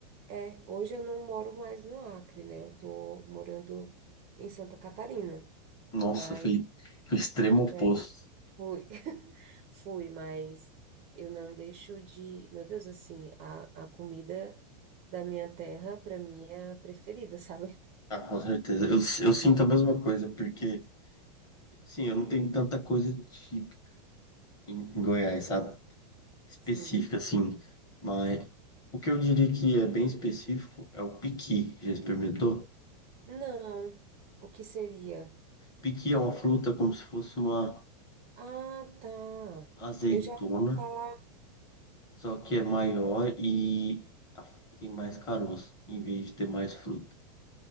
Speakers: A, on the right; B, on the left.
A: é, hoje eu não moro mais no Acre, né? Eu tô morando em Santa Catarina,
B: Nossa,
A: mas
B: foi, foi o extremo oposto.
A: é, Fui, <laughs> fui, mas eu não deixo de. Meu Deus, assim, a, a comida da minha terra, para mim, é a preferida, <laughs> sabe?
B: Ah, com certeza. Eu, eu sinto a mesma coisa, porque, sim, eu não tenho tanta coisa típica em em Goiás, sabe? específica,
A: Sim.
B: assim. Mas o que eu diria que é bem específico é o piqui. Já experimentou?
A: Não. O que seria?
B: Piqui é uma fruta como se fosse uma
A: Ah, tá.
B: azeitona,
A: Eu já ouvi falar.
B: só que é maior e a- tem mais caroço, em vez de ter mais fruta.